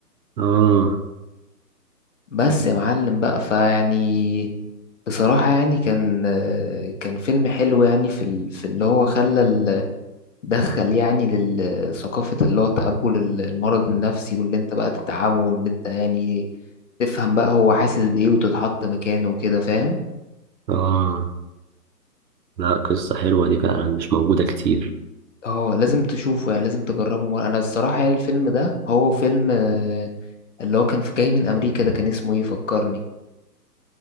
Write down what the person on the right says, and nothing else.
آه
آه لا قصة حلوة دي فعلا مش موجودة كتير